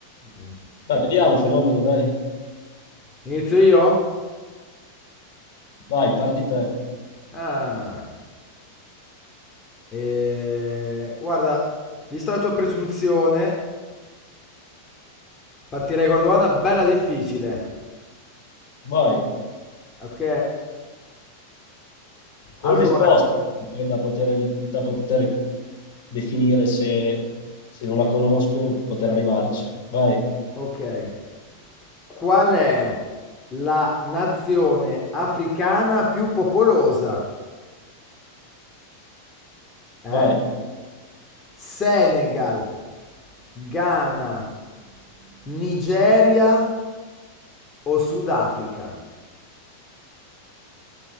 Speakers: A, on the left; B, on the left.
A: Mm.
B: Dai, vediamo un fenomeno, dai.
A: Inizio io?
B: Vai, parti te.
A: Ah, eh, guarda, vista la tua presunzione, partirei con una domanda bella difficile.
B: Vai.
A: Ok?
B: Con
A: Allora,
B: risposte, che è da poter, evi- da poter definire se, se non la conosco, poter arrivarci. Vai,
A: ok. Qual è la nazione africana più popolosa? Eh?
B: vai.
A: Senegal, Ghana, Nigeria o Sudafrica?